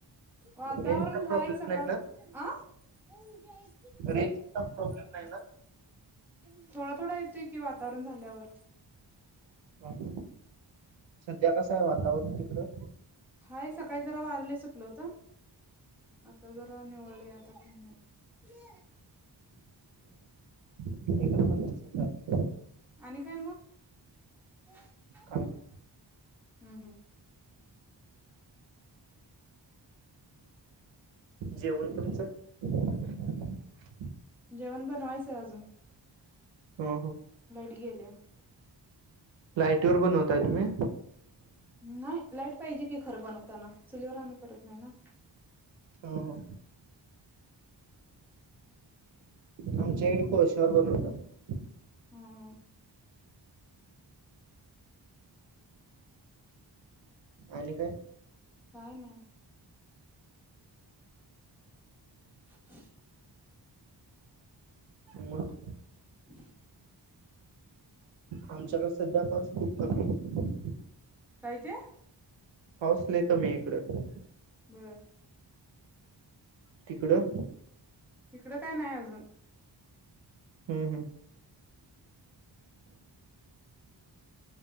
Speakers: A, in the centre; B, on the right.
A: वातावरण
B: रेंजचा प्रॉब्लेम
A: हाय सकाळ
B: नाही ना
A: आ <unintelligible>
B: रेंजचा प्रॉब्लेम नाही
A: थोडा-थोडा येतोय कि ओ आता. तरुण झाल्यावर
B: <unintelligible> सध्या कस आहे वातावरण तिकडं.
A: हाय सकाळी जरा वार लय सुटल होत आता जरा निवळलय आता काही नाही.
B: इकडं पण तसंच आहे
A: आणि काय मग <unintelligible>
B: काय नाही
A: हम्म हम्म.
B: जेवण तुमचं <unintelligible>
A: जेवण बनवायचं अजून
B: हो हो.
A: लाईट गेलेया.
B: लाईटीवर बनवताय तुम्ही.
A: नाही लाईट पाहिजे की खरं बनवताना. चुलीवर आम्ही करत नाही ना.
B: हा हा. आमच्या इड कोळशावर बनवतात.
A: हम्म हम.
B: आणि काय?
A: काय नाय. <unintelligible>
B: मग
A: <unintelligible>
B: आमच्याकडे सध्या पाऊस खूप कमी आहे.
A: काय ते!
B: पाऊस लय कमी हय इकडं.
A: घर
B: तिकडं?
A: इकडं काय नाय अजून
B: हं हंम्म.